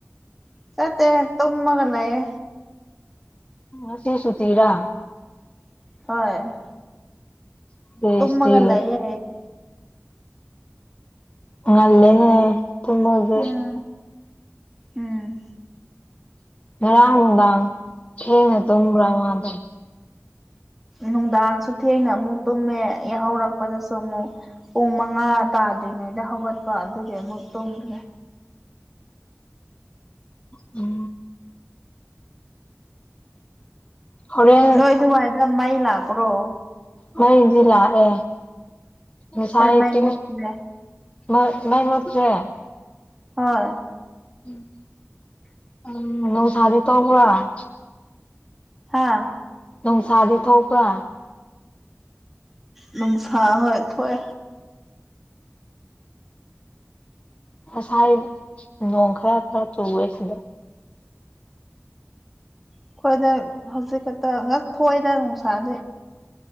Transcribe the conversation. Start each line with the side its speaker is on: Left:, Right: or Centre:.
Centre: ꯆꯠꯇꯦ ꯇꯃꯒꯅꯥꯌꯦ
Left: ꯎꯁꯦꯁꯨꯇꯤꯔ
Centre: ꯍꯣꯏ
Left: <unintelligible>
Centre: ꯇꯨꯝꯃꯒ ꯂꯩꯌꯦ
Left: ꯅꯂꯅꯦ ꯏ ꯊꯃꯒꯦ
Centre: ꯎꯝ ꯎꯝ
Left: ꯔꯗꯥ ꯍꯉ ꯇ꯭ꯔꯃꯗ
Centre: ꯅꯨꯡꯗꯥꯡꯁꯨ ꯊꯦꯡꯅ ꯑꯃꯨꯛ ꯇꯨꯝꯃꯦ ꯌꯥꯍꯧꯔꯛꯄꯗꯁꯨ ꯑꯃꯨꯛ ꯄꯨꯡ ꯃꯉꯥ ꯇꯥꯗ꯭ꯔꯤꯉꯩꯗ ꯍꯧꯒꯠꯄ ꯑꯗꯨꯒꯤ ꯑꯃꯨꯛ ꯇꯣꯡꯗ꯭ꯔꯦ
Left: ꯎꯝ ꯎꯝ ꯍꯣꯔꯦꯟ
Centre: ꯅꯣꯏ ꯊꯋꯥꯏꯗ ꯃꯩ ꯂꯥꯛꯄ꯭ꯔꯣ
Left: ꯃꯗꯤ ꯂꯥꯛꯏ ꯑꯁꯩꯗꯤ
Centre: ꯍꯣꯏ ꯃꯩ ꯃꯨꯠꯂꯦ
Left: ꯃ ꯃꯥꯏ ꯃꯠꯇ꯭ꯔꯦ
Centre: ꯍꯣꯏ
Left: <unintelligible>
Centre: ꯍꯥꯥ
Left: ꯅꯨꯡꯁꯥꯗꯤ ꯊꯣꯛꯄ꯭ꯔꯥ
Centre: ꯅꯨꯡꯁꯥ ꯍꯣꯏ ꯊꯣꯛꯑ
Left: ꯉꯁꯥꯏ ꯅꯣꯡ ꯈꯔ ꯈꯔ ꯆꯨꯑꯦ ꯁꯤꯗ
Centre: ꯑꯩꯈꯣꯏꯗ ꯍꯧꯖꯤꯛ ꯈꯛꯇ ꯉꯥꯛ ꯊꯣꯛꯏꯗ ꯅꯨꯡꯁꯥꯗꯤ